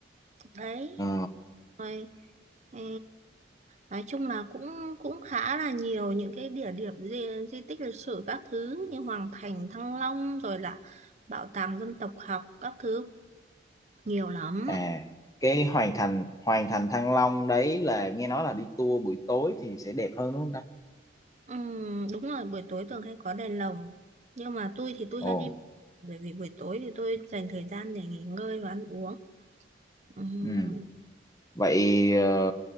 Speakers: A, on the right; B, on the left.
A: đấy
B: Ờ.
A: rồi ừ, nói chung là cũng cũng khá là nhiều những cái địa điểm di, di tích lịch sử các thứ như Hoàng Thành Thăng Long rồi là bảo tàng dân tộc học các thứ nhiều lắm
B: à cái Hoàng Thành Hoàng Thành Thăng Long đấy là nghe nói là đi tour buổi tối thì sẽ đẹp hơn đúng không ta
A: Ừm, đúng rồi buổi tối thường hay có đèn lồng nhưng mà tôi thì tôi
B: ồ
A: hay đi bởi vì buổi tối thì tôi dành thời gian để nghỉ ngơi và ăn uống Ừm,
B: ừ. vậy ờ,